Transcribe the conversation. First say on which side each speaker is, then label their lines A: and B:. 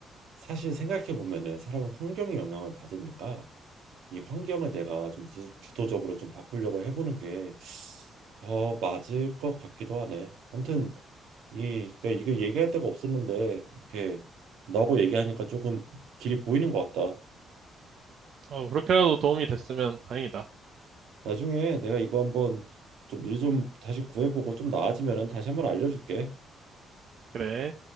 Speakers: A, on the right; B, on the right.
A: 사실 생각해 보면은 사람은 환경에 영향을 받으니까 이 환경을 내가 좀 주, 주도적으로 좀 바꾸려고 해보는 게 더 맞을 것 같기도 하네. 아무튼 이 내가 이거 얘기할 데가 없었는데 이렇게 너하고 얘기하니까 조금 길이 보이는 것 같다.
B: 어, 그렇게라도 도움이 됐으면 다행이다.
A: 나중에 내가 이거 한번 좀 일 좀 다시 구해보고 좀 나아지면은 다시 한번 알려줄게.
B: 그래.